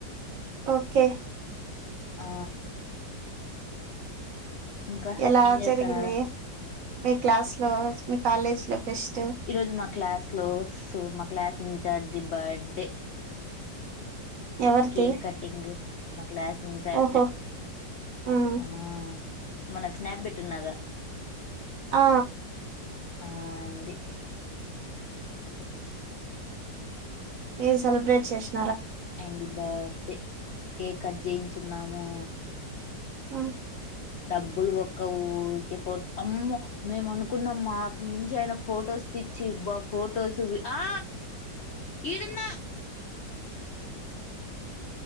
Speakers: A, on the right; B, on the left.
A: ఓకే
B: ఆ ఇంకా
A: ఎలా
B: ఏం చేస్తన్నారు
A: జరిగింది మీ క్లాస్ లో మీ కాలేజ్ లో ఫెస్ట్
B: ఈరోజు మా క్లాస్ లో సో మా క్లాస్ చార్ది బర్డే
A: ఎవరిది
B: కేక్ కటింగ్ మ క్లాస్ ఇన్చార్జ్
A: ఓహో ఉమ్
B: హా మొన్న స్నాప్ పెట్టినగా
A: ఆ
B: ఆ అయింది
A: మీరు సెలబ్రేట్ చేస్త
B: అండ్ బర్త్డే కేక్ కట్ చేయించున్నాము
A: ఆ
B: డబ్బులు బొక్క ఊరికే ఫోటో అమ్మ మేము అనుకున్నాం మాకు మించి ఆయన ఫోటోస్ పిచ్చి బ ఫటోస్ ఆ ఇడున్న